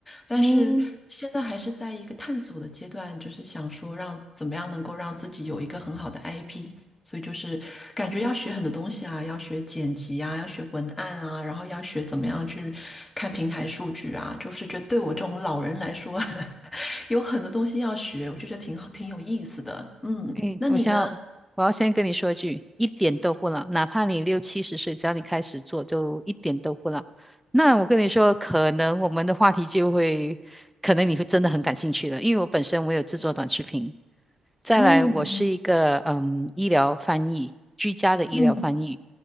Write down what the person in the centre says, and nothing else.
嗯，
哎，
我先要，我要先跟你说一句，一点都不老，哪怕你六七十岁，只要你开始做，就一点都不老。那我跟你说，可能我们的话题就会，可能你会真的很感兴趣了，因为我本身我有制作短视频，再来我是一个嗯医疗翻译，
居家的医疗翻译，